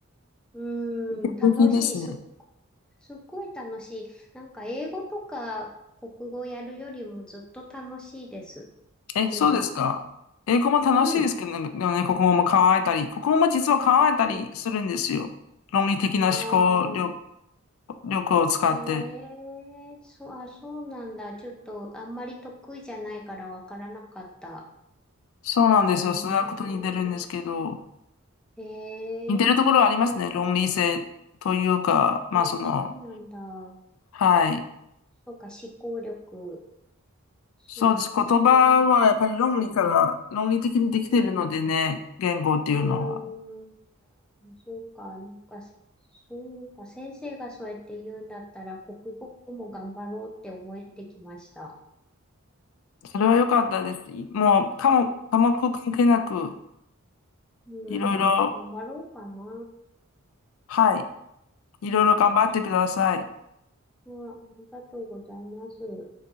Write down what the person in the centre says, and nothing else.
うーん、
楽しい。す、すっごい楽しい。なんか英語とか国語やるよりもずっと楽しいです。
授業も。
うん。
うん。
ああ、
へえ、そう、あ、そうなんだ。ちょっとあんまり得意じゃないからわからなかった。
へえ、
へえ、
なんか、
あ、そうなんだ。
そうか、思考力。そう、
そう、
うん、
うーん。あ、そうか、なんかせ、そうか、先生がそうやって言うんだったら、国語も頑張ろうって思えてきました。
うん、
頑張ろうかな。
うん、そこはありがとうございます。